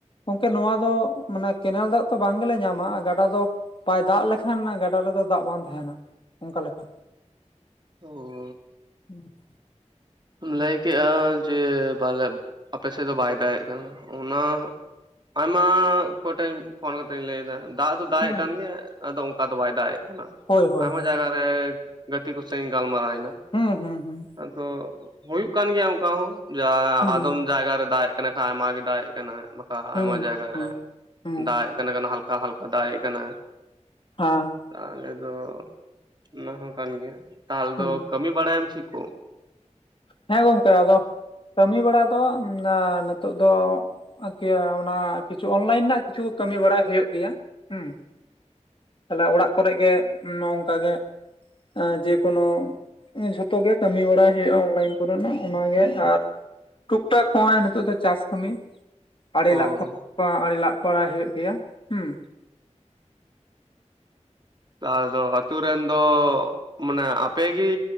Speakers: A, on the left; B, on the right.
A: ᱜᱚᱝᱠᱮ ᱱᱚᱣᱟ ᱫᱚ ᱢᱟᱱᱮ ᱠᱮᱱᱮᱞ ᱫᱟᱜ ᱛᱚ ᱵᱟᱝ ᱜᱮᱞᱮ ᱧᱟᱢᱟ ᱟᱨ ᱜᱟᱰᱟ ᱫᱚ ᱵᱟᱭ ᱫᱟᱜ ᱞᱮᱠᱷᱟᱱ ᱜᱟᱰᱟ ᱨᱮᱫᱚ ᱫᱟᱜ ᱵᱟᱝ ᱛᱟᱸᱦᱮᱱᱟ ᱚᱱᱠᱟ ᱞᱮᱠᱟ᱾
B: ᱟᱹᱻᱵ᱾
A: <inaudible>
B: ᱞᱟᱹᱭ ᱠᱮᱜᱼᱟ ᱡᱮ ᱵᱚᱞᱮ ᱟᱯᱮᱥᱮᱫ ᱫᱚ ᱵᱟᱭ ᱫᱟᱜᱼᱮᱜ ᱠᱟᱱᱟ ᱚᱱᱟ ᱟᱭᱢᱟ ᱠᱚ ᱴᱮᱱ ᱯᱷᱳᱱ ᱠᱟᱛᱮᱧ ᱞᱟᱹᱭᱫᱟ᱾ ᱫᱟᱜ ᱫᱚ
A: ᱦᱩᱸ
B: ᱫᱟᱜᱼᱮᱜ ᱠᱟᱱ ᱜᱮᱭᱟ ᱟᱫᱚ ᱚᱝᱠᱟ ᱫᱚ ᱵᱟᱭ ᱫᱟᱜᱼᱮᱜ ᱠᱟᱱᱟ,
A: ᱦᱳᱭ ᱦᱳᱭ
B: ᱟᱭᱢᱟ
A: ᱦᱳᱭ
B: ᱡᱟᱭᱜᱟ <inaudible> ᱜᱟᱛᱮ ᱠᱚ ᱥᱟᱶ ᱤᱧ ᱜᱟᱞᱢᱟᱨᱟᱣᱱᱟ᱾
A: ᱦᱩᱸ ᱦᱩᱸ ᱦᱩᱸ᱾
B: ᱟᱫᱚ ᱦᱩᱭᱩᱜ ᱠᱟᱱ ᱜᱮᱭᱟ ᱚᱝᱠᱟ ᱦᱚᱸ ᱡᱟ
A: ᱦᱩᱸ
B: ᱟᱫᱚᱢ ᱡᱟᱭᱜᱟ ᱨᱮ ᱫᱟᱜᱼᱮᱜ ᱠᱟᱱᱟ ᱠᱷᱟᱸ ᱟᱭᱢᱟ ᱜᱮ ᱫᱟᱜᱼᱮᱜ ᱠᱟᱱᱟ ᱵᱟᱠᱷᱟ
A: ᱦᱩᱸ
B: ᱟᱭᱢᱟ ᱡᱟᱭᱜᱟ
A: ᱦᱩᱸ
B: ᱨᱮ
A: ᱦᱩᱸ
B: ᱫᱟᱜᱼᱮᱜ ᱠᱟᱱᱟ ᱠᱟᱱᱟ ᱦᱟᱞᱠᱟ ᱦᱟᱞᱠᱟ ᱫᱟᱜᱼᱮᱜ ᱠᱟᱱᱟ᱾
A: ᱦᱟᱸ᱾
B: ᱛᱟᱦᱞᱮ ᱫᱚ ᱚᱱᱟ ᱦᱚᱸ ᱠᱟᱱ ᱜᱮᱭᱟ, ᱛᱟᱞ
A: ᱦᱮᱸ
B: ᱫᱚ ᱠᱟᱹᱢᱤ ᱵᱟᱲᱟᱭᱟᱢ ᱪᱮᱜ ᱠᱚ?
A: ᱦᱮᱸ ᱜᱚᱝᱠᱮ ᱟᱫᱚ ᱠᱟᱹᱢᱤ ᱵᱟᱲᱟ ᱫᱚ ᱢᱟᱱᱮ ᱱᱤᱛᱚᱜ ᱫᱚ ᱠᱮᱭᱟ ᱚᱱᱟ ᱠᱤᱪᱷᱩ ᱚᱱᱞᱟᱭᱤᱱ ᱱᱟᱜ ᱠᱤᱪᱷᱩ ᱠᱟᱹᱢᱤ ᱵᱟᱲᱟᱭ ᱦᱩᱭᱩᱜ ᱜᱮᱭᱟ ᱦᱩᱸ᱾ ᱛᱟᱦᱞᱮ ᱚᱲᱟᱜ ᱠᱚᱨᱮᱜ ᱜᱮ ᱱᱚᱝᱠᱟ ᱜᱮ ᱮᱸ ᱡᱮᱠᱚᱱᱳ ᱮᱸ ᱡᱷᱚᱛᱚ ᱜᱮ ᱠᱟᱹᱢᱤ ᱵᱟᱲᱟᱭ ᱦᱩᱭᱩᱜᱼᱟ ᱚᱱᱞᱟᱭᱤᱱ ᱠᱚ ᱨᱮᱱᱟᱜ ᱚᱱᱟ ᱜᱮ ᱟᱨ ᱴᱩᱠ ᱴᱟᱠ ᱦᱚᱸᱜᱼᱚᱭ ᱱᱤᱛᱚᱜ ᱫᱚ ᱪᱟᱥ ᱠᱟᱹᱢᱤ᱾ ᱟᱲᱮᱹ
B: ᱦᱳᱭ
A: ᱞᱟᱜ <inaudible> ᱟᱲᱮ ᱞᱟᱜ ᱵᱟᱲᱟᱭ ᱦᱩᱭᱩᱜ ᱜᱮᱭᱟ ᱦᱩᱸ᱾
B: <unintelligible> ᱟᱛᱳ ᱨᱮᱱ ᱫᱚ ᱢᱟᱱᱮ ᱟᱯᱮ ᱜᱤ